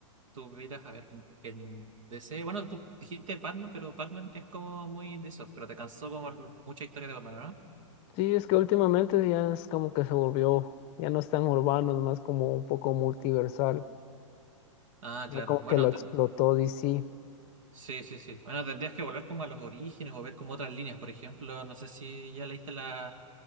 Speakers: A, on the right (about 75°); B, on the left (about 35°).
A: tuvieras, a ver, en DC. Bueno, tú dijiste Batman, pero Batman es como muy de eso. Pero te cansó como l- mucha historia de Batman, ¿no?
B: Sí, es que últimamente ya es como que se volvió, ya no es tan urbano, es más como un poco multiversal.
A: Ah,
B: Ya
A: claro.
B: como
A: Bueno,
B: que lo explotó
A: te-
B: DC.
A: sí, sí, sí. Bueno, tendrías que volver como a los orígenes o ver como otras líneas. Por ejemplo, no sé si ya leíste la,